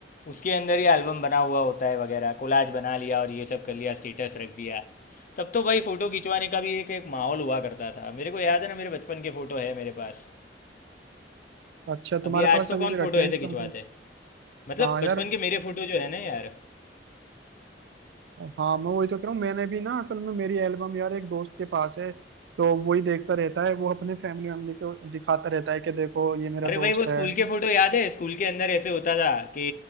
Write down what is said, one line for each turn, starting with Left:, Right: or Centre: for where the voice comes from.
Left: उसके अंदर ही एल्बम बना हुआ होता है वगैरह कोलाज बना लिया और ये सब कर लिया स्टेटस रख दिया तब तो भाई फोटो खिंचवाने का भी एक एक माहौल हुआ करता था मेरे को याद है ना मेरे बचपन के फोटो है मेरे पास
Right: अच्छा तुम्हारे
Left: अभी
Right: पास
Left: आज
Right: अभी
Left: तो कौन
Right: भी
Left: फोटो
Right: रखे हैं
Left: ऐसे
Right: इसका
Left: खिंचवाते
Right: मतलब
Left: मतलब
Right: हाँ यार
Left: बचपन के मेरे फोटो जो है ना यार
Right: हाँ मैं वही तो कह रहा हूँ मैंने भी ना असल में मेरी एल्बम यार एक दोस्त के पास है तो वही देखता रहता है वो अपने फैमिली वैमिली को दिखाता रहता है कि देखो ये मेरा
Left: अरे
Right: दोस्त
Left: भाई वो
Right: है
Left: स्कूल के फोटो याद है स्कूल के अंदर ऐसे होता था कि